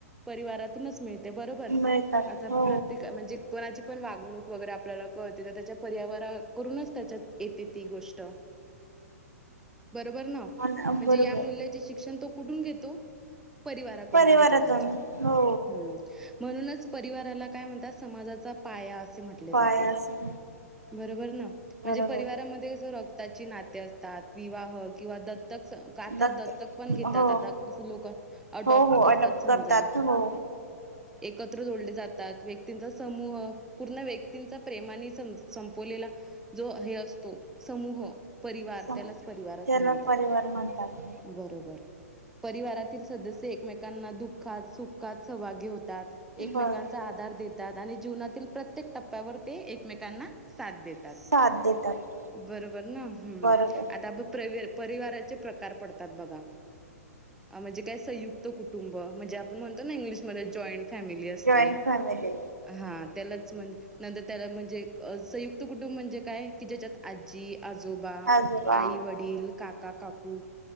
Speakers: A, in the centre; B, on the right.
A: परिवारातूनच मिळते बरोबर
B: मिळतात
A: आता
B: हो
A: प्रत्येक म्हणजे कोणाची. ण वागणूक वगैरे आपल्याला कळते तर त्याच्या परिवारा कडूनच त्याच्यात येते ती गोष्ट. बरोबर ना म्हणजे
B: पण बरोबर
A: या मूल्याचे शिक्षण तो कुठून घेतो. परिवाराकडून
B: परिवारातून
A: घेतो त्याच्या
B: हो
A: हू म्हणूनच परिवार काय म्हणतात समाजाचा पाया अस म्हटले
B: पाय
A: जाते
B: असून
A: बर म्हणजे
B: बरोबर
A: परिवारामध्ये रक्ताची नाती. विवाह किंवा दत्तक काात
B: लागते
A: दत्तक पण घेत
B: हो
A: क <unintelligible> लोक ऍडॉप्ट
B: हो हो
A: करतात
B: अडप्ट
A: समजा
B: हो
A: एकत्र जोडले जातात व्यक्तींचा समूह पूर्ण व्यक्तींचा प्रेमाने सं संपवलेला एक. जो हे असतो समूह. परिवार
B: सम
A: त्यालाच परिवार असे
B: त्याला
A: म्हणतात
B: परिवार म्हणतात
A: बरोबर. परिवारातील सदस्य एकमेकांना दुःखात सुखात सहभागी. होतात एकमेकांचा
B: बर
A: आधार देतात आणि जीवनातील प्रत्येक टप्प्यावर ते एकमेकांना. साथ देतात
B: साथ देतात
A: बरोबर ना हू
B: बरोबर
A: आपण परिवी परिवाराचे प्रकार पडतात बघा. म्हणजे काय संयुक्त कुटुंब म्हणजे आपण म्हणतो ना इंग्लिशमध्ये जॉईंट फॅमिली असते.
B: जॉईंट फॅमिली
A: हा त्यालाच म्हण नंतर. त्याला म्हणजे संयुक्त कुटुंब म्हणजे काय की ज्याच्यात आजी आजोबा
B: आजोबा
A: आई वडील काका काकू